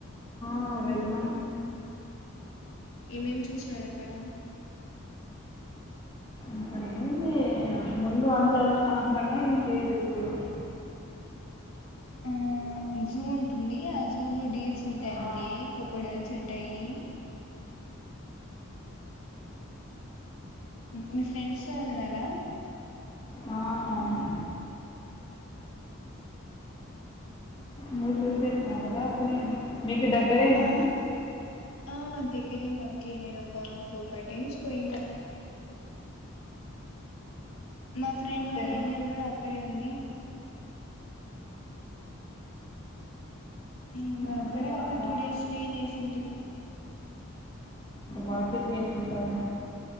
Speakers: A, on the left; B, on the left.
A: ఆ వెళ్లినాము
B: ఏమేమి చూసినారు అక్కడ
A: అక్కడ ఏంది ముందు అంతల అంతగా ఏం లేేదు ఇప్పుడు
B: ఉ జూ ఉంటుంది. ఆ జూ లో డీర్స్ ఉంటాయి
A: ఆ
B: అంతే. క్రొకోడైల్స్ ఉంటాయి. మీ ఫ్రెండ్స్ వెల్ న్నారా
A: ఆ అవును నువ్ చూసేసిన్నావు కదా అప్పుడే మీకు దగ్గరేనా
B: ఆ ఆ దగ్గరే మాకి నేను ఒక ఫోర్ ఫైవ్ టైమ్స్ పోయింటా. మా ఫ్రెండ్ వాళ్ళ
A: టెన్
B: ఇల్లు కూడా అక్కడే ఉంది. మ్ అక్కడే
A: అంటే బా
B: ఒక
A: బాగా
B: టూ డేస్ స్టే చేసి ఇంటిమీ
A: మార్కెట్ చేస్తు ఉంటాను